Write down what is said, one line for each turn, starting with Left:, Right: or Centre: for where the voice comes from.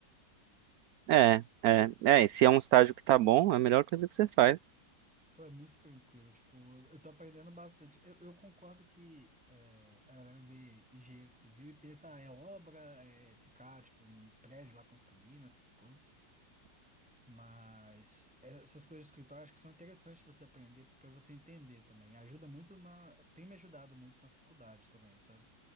Right: É, é. É, e se é um estágio que tá bom, é a melhor coisa que você faz.
Centre: Pô, é muito tranquilo, tipo, eu tô aprendendo bastante. Eu, eu concordo que é, a galera vê engenheiro civil e pensa, ah, é obra, é ficar, tipo, um prédio lá construindo, essas coisas. Mas essas coisas de escritório acho que são interessantes você aprender para você entender também. Ajuda muito na. Tem me ajudado muito na faculdade também, sabe?